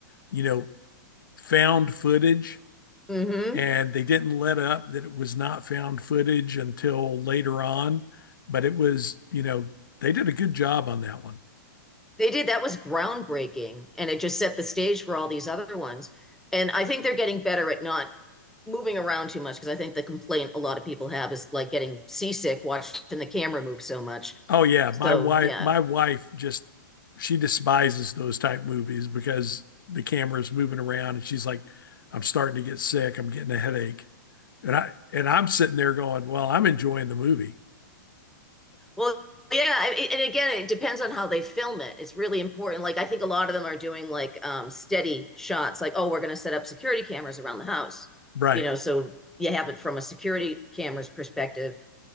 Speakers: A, on the left; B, in the centre.
A: you know, found footage
B: mm-hmm
A: and they didn't let up that it was not found footage until later on but it was you know they did a good job on that one.
B: They did. That was groundbreaking, and it just set the stage for all these other ones. And I think they're getting better at not moving around too much because I think the complaint a lot of people have is like getting seasick watching the camera move so much.
A: Oh yeah
B: So,
A: my wife
B: yeah.
A: my wife just she despises those type movies because the camera's moving around and she's like i'm starting to get sick i'm getting a headache and i and i'm sitting there going well i'm enjoying the movie
B: Well, yeah, I- and again, it depends on how they film it. It's really important. Like I think a lot of them are doing like um steady shots, like, oh, we're going to set up security cameras around the house.
A: right
B: You know, so you have it from a security camera's perspective.